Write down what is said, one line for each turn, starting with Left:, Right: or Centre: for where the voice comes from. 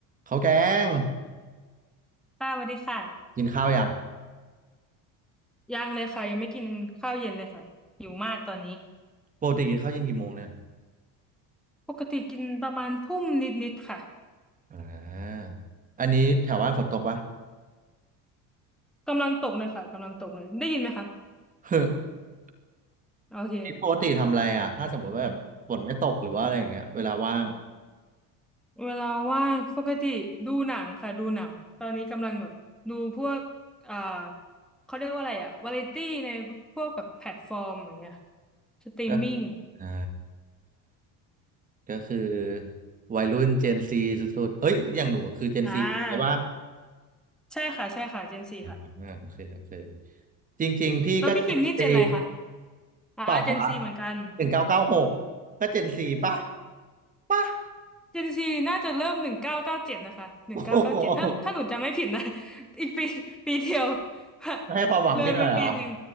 Right: ข้าวแกง
Centre: ค่ะสวัสดีค่ะ
Right: กินข้าวยัง
Centre: ยังเลยค่ะ ยังไม่กินข้าวเย็นเลยค่ะหิวมากตอนนี้
Right: ปกติกินข้าวเย็นกี่โมงเนี่ย
Centre: ปกติกินประมาณทุ่มนิดๆค่ะ
Right: อ่าอันนี้แถวบ้านฝนตกปะ
Centre: กำลังตกเลยค่ะกำลังตกเลย ได้ยินไหมคะ
Right: <laughs>
Centre: โอเค
Right: นี่ปกติทำอะไรอ่ะถ้าสมมติว่าแบบฝนไม่ตกหรือว่าอะไรอย่างเงี้ยเวลาว่าง
Centre: เวลาว่างปกติดูหนังค่ะ ดูหนัง ตอนนี้กำลังแบบดูพวกอ่าเขาเรียกว่าอะไรอะวาไรตี้ในพวกแบบแพลตฟอร์มอย่างเงี้ยสตรีมมิ่ง
Right: ก็อ่าก็คือวัยรุ่นเจนซีสุดๆเอ้ยอย่างหนูคือเจนซีใช่ปะ
Centre: อ่าใช่ค่ะ ใช่ค่ะเจนซีค่ะ
Right: อ่าโอเคโอเคจริงๆพี่ก็เจนซี
Centre: แล้วพี่คิมนี่เจนอะไรคะอ่าเจนซีเหมือนกัน
Right: เปล่าวะหนึ่งเก้าเก้าหกก็เจนซีปะปะ <laughs>
Centre: เจนซีน่าจะเริ่มหนึ่งเก้าเก้าเจ็ดนะคะหนึ่งเก้าเก้าเจ็ดถ้าถ้าหนูจำไม่ผิดนะ
Right: โอ้โห
Centre: <laughs> อีกปี <laughs> ปีเดียว
Right: ไม่ให้ความหวังพี่หน่อยเหรอ
Centre: <laughs> เลยไปปีหนึ่ง